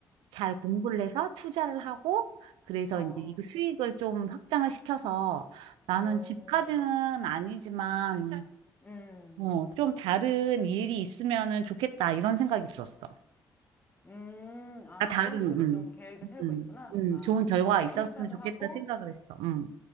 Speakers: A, on the right; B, on the left.
A: 잘 공부를 해서 투자를 하고, 그래서
B: 어,
A: 이제 이 수익을 좀 확장을 시켜서 나는
B: 어.
A: 집까지는 아니지만,
B: 음,
A: 어, 좀 다른 일이 있으면은 좋겠다, 이런 생각이 들었어.
B: 음, 아,
A: 아, 다른,
B: 그런 식으로
A: 음,
B: 좀 계획을 세우고
A: 음,
B: 있구나. 뭔가,
A: 음, 좋은 결과가
B: 코인
A: 있었으면
B: 투자도
A: 좋겠다
B: 하고,
A: 생각을 했어. 음,